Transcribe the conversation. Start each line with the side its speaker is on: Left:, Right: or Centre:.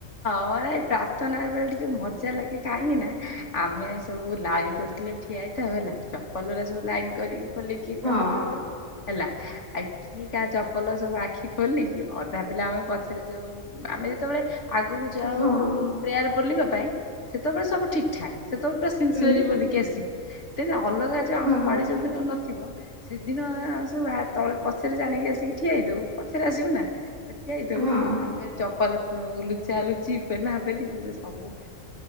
Left: ହଁ ଏ ପ୍ରାର୍ଥନା ବେଳେ ଟିକେ ମଜା ଲାଗେ କାହିଁକି ନା ଆମେ ସବୁ ଲାଇନ୍ କରିଥି ଠିଆ ହେଇଥାଉ ହେଲା। ଚପଲା ରା ସବୁ ଲାଇନ କରିକି ଖୋଲିକି
Right: ହଁ
Left: ପ୍ରାର୍ଥନା କରୁ। ହେଲା। ଆ କିିଏ କାହା ଚପଲ ସବୁ ଆଖି ଖୋଲିକି ଅଧା ପିଲା ଆମେ ପଛରେ ଯୋଉ ଆମେ ଯେତେବେଳେ ଆଗକୁ ଯାଉ
Right: ହଁ
Left: ପ୍ରେୟାର ବୋଲିବା ପାଇଁ ସେତେବେଳେ ସବୁ ଠିକ ଠାକ୍। ସେତେବେଳେ ପୁରା ସିିନ୍ସିୟରୀଲି
Right: ଉଁ
Left: ବୋଲିକି ଆସିବୁ। ଦେନ୍ ଅଲଗା ଯୋଉ
Right: ହଁ
Left: ଆମ ପାଳି ଯୋଉ ଦିନ ନଥିବ ସେଦିନ ଆମେ ସବୁ ବା ତଳେ ପଛରେ ଜାଣିକି ଆସିକି ଠିଆ ହେଇଥିବୁ, ପଛରେ ଆସିବୁ ନା। ଠିଆ ହେଇଥିବୁ।
Right: ହଁ।
Left: ଆମ ଖାଲି ଚପଲ ଲୁଚା ଲୁଚି ପେଲା ପେଲି ସବୁ